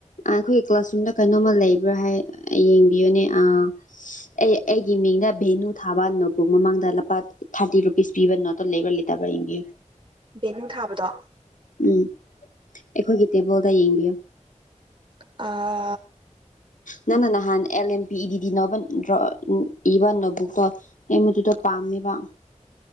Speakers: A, on the left (about 85°); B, on the right (about 40°).
A: ꯑꯈꯣꯏ ꯀ꯭ꯂꯥꯁꯔꯨꯝꯗ ꯀꯩꯅꯣꯝꯃ ꯂꯩꯕ꯭ꯔꯥ ꯍꯥꯏ ꯌꯦꯡꯕꯤꯌꯨꯅꯦ ꯑꯥ ꯑꯩ ꯑꯩꯒꯤ ꯃꯤꯡꯗ ꯚꯦꯅꯨ ꯊꯥꯕꯅꯣꯕꯨꯛ ꯃꯃꯥꯡꯗ ꯂꯄꯥ ꯊꯥꯔꯇꯤ ꯔꯨꯄꯤꯁ ꯄꯤꯕ ꯅꯣꯠ ꯂꯩꯕꯔ ꯂꯤꯇꯕꯔ ꯌꯦꯡꯕꯤꯌꯨ
B: ꯚꯦꯅꯨ ꯊꯥꯕꯗꯣ
A: ꯎꯝ ꯑꯩꯈꯣꯏꯒꯤ ꯇꯦꯕꯜꯗ ꯌꯦꯡꯕꯤꯌꯣ
B: ꯑꯥ
A: ꯅꯪꯅ ꯅꯍꯥꯟ ꯑꯦꯜ ꯑꯦꯝ ꯄꯤ ꯏ ꯗꯤꯗꯤ ꯅꯣꯕꯟ ꯗ꯭ꯔꯣ ꯎꯡ ꯏꯕ ꯅꯣꯕꯨꯛꯇꯣ ꯑꯩ ꯃꯗꯨꯗꯣ ꯄꯥꯝꯃꯦꯕ